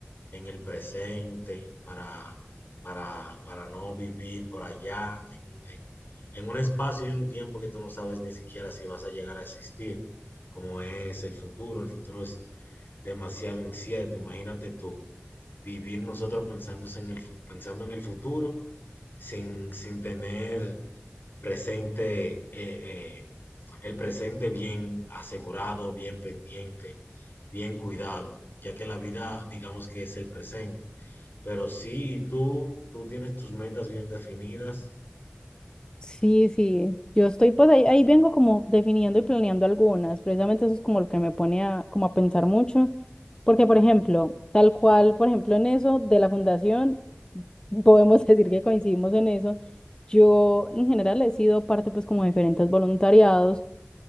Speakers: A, on the left; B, on the left.
A: en el presente para, para, para no vivir por allá, en, en, en un espacio y un tiempo que tú no sabes ni siquiera si vas a llegar a existir, como es el futuro. El futuro es demasiado incierto, imagínate tú. Vivir nosotros pensándose en el, fu- pensando en el futuro sin, sin tener presente, eh, eh, el presente bien asegurado, bien pendiente, bien cuidado, ya que la vida, digamos que es el presente. Pero sí, tú, tú tienes tus metas bien definidas
B: Sí, sí, yo estoy pues ahí, ahí vengo como definiendo y planeando algunas, precisamente eso es como lo que me pone a, como a pensar mucho, porque por ejemplo, tal cual, por ejemplo en eso de la fundación, podemos <laughs> decir que coincidimos en eso, yo en general he sido parte pues como de diferentes voluntariados